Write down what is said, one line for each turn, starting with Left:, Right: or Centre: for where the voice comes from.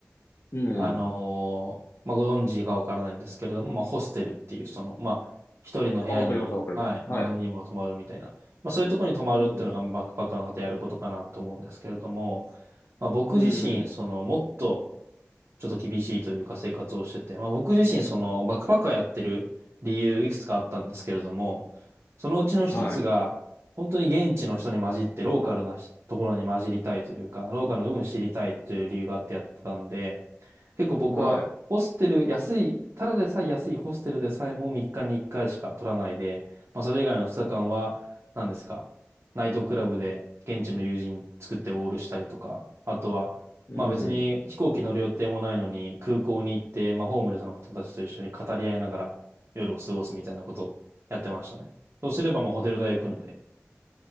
Left: うん。
Right: あのーまあ、ご存知かわからないんですけれども、まあ、ホステルっていう、その、まあ、一人の部屋に、
Left: あ、わかります、わかります。
Right: はい、まあ、
Left: はい。
Right: 何人も泊まるみたいな、まあ、そういうところに泊まるっていうのが、
Left: うん。
Right: バックパッカーの方やることかなと思うんですけれども、まあ、僕自身、
Left: うん。うん
Right: その、もっと、ちょっと厳しいというか生活をしてて、まあ、僕自身、その、バックパッカーやってる理由、いくつかあったんですけれども、そのうちの一つが、
Left: はい。
Right: 本当に現地の人に混じって、ローカルなひところに混じりたいというか、ローカルの部分を知りたいという理由があってやってたんで、結構僕はホステル、
Left: は
Right: 安い、ただでさえ安いホステルでさえも3日に1回しか取らないで、まあそれ以外の2日間は、何ですか、ナイトクラブで現地の友人作ってオールしたりとか、あとは、
Left: い。
Right: まあ別に飛行機乗る予定もないのに空港に行って、
Left: うん。
Right: まあホームレスの方たちと一緒に語り合いながら夜を過ごすみたいなことをやってましたね。そうすればもうホテル代浮くので。